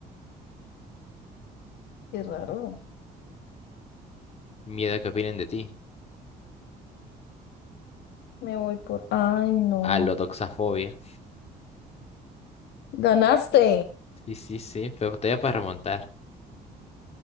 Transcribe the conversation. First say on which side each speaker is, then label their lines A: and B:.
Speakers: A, on the left (about 80°); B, on the left (about 40°).
A: Qué raro.
B: Miedo a que opinen de ti.
A: Me voy por... Ay, no.
B: Ah, la doxafobia.
A: Ganaste.
B: Sí, sí, sí, pero todavía puedes remontar.